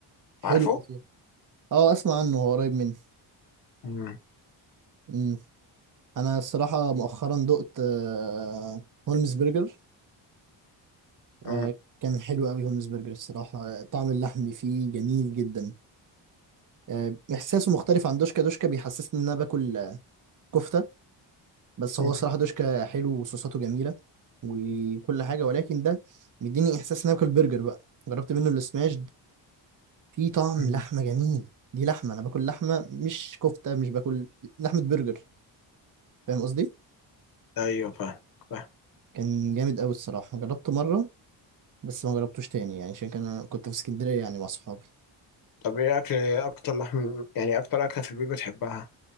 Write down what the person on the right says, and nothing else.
حلو
لاسيرا اه اسمع عنه هو قريب مني
امم انا الصراحه مؤخرا دقت آه، هولمز برجر آه،
كان حلو قوي هولمز برجر الصراحه آه، طعم اللحم فيه جميل جدا آه، احساسه مختلف عن دوشكا دوشكا بيحسسني ان انا باكل آه، كفته بس
هو الصراحه دوشكا حلو وصوصاته جميله وكل حاجه ولكن ده مديني احساس ان أنا باكل برجر بقى جربت منه السماش في طعم
لحمه جميل دي لحمه انا باكل لحمه مش كفته مش باكل لحمه برجر فاهم قصدي
كان جامد قوي الصراحه جربته مره بس ما جربتوش تاني يعني عشان كان انا كنت في اسكندريه يعني مع صحابي